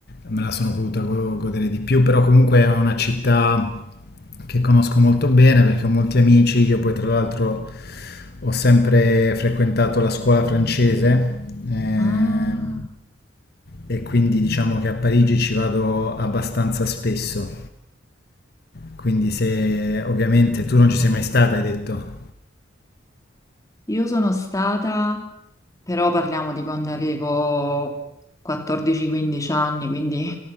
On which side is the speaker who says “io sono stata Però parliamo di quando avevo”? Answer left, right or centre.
Left